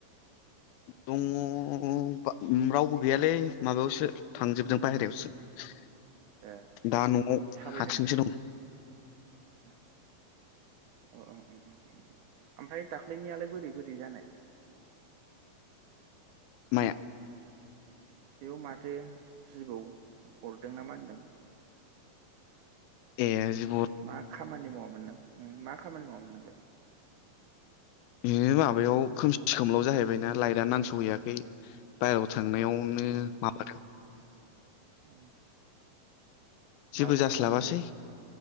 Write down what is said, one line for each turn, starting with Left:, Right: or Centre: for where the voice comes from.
Left: दङ' <unintelligible> रावबो गैयालै माबायावसो थांजोबदों बायहेरायावसो।
Right: ए
Left: दा न'आव
Right: थाबायदों
Left: हारसिंसो दं।
Right: अ अ अ ओमफाय दाख्लैनियालाय बोरै बोरै जानाय?
Left: माया?
Right: बेयाव माथो जिबौ अरदों ना मा होनदों?
Left: ए जि
Right: मा खामानि मावामोन नों उम मा खामानि मावामोन नोंलाय?
Left: बिदिनो माबायाव खोमसि खोमलाव जाहैबायना लाइटआ नांस'हैयाखै। बायहेरायाव थांनायावनो
Right: औ
Left: माबादों
Right: औ
Left: जेबो
Right: मा जिबौमोन
Left: जास्लाबासै
Right: बे